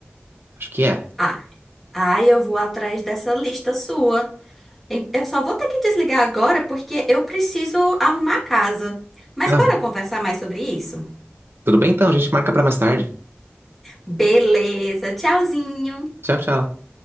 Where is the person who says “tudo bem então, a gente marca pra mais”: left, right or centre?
Right